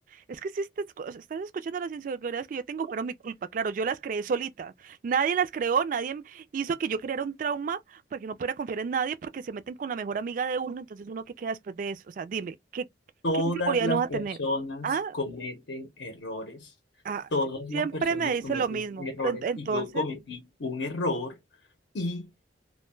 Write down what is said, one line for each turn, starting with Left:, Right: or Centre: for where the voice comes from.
Right: es que si estás, escu- o sea, estás escuchando las inseguridades que yo tengo, fueron mi culpa, claro, yo las creé solita. Nadie las creó, nadie m- hizo que yo creara un trauma porque no pudiera confiar en nadie porque se meten con la mejor amiga de uno, entonces uno que queda después de eso, o sea, dime, ¿qué,
Left: Todas
Right: qué inseguridad
Left: las
Right: no vas
Left: personas
Right: a tener? ¿Ah?
Left: cometen errores,
Right: Ah,
Left: todas
Right: siempre
Left: las personas
Right: me dice
Left: cometen
Right: lo mismo,
Left: errores
Right: pero ent- entonces,
Left: y yo cometí un error y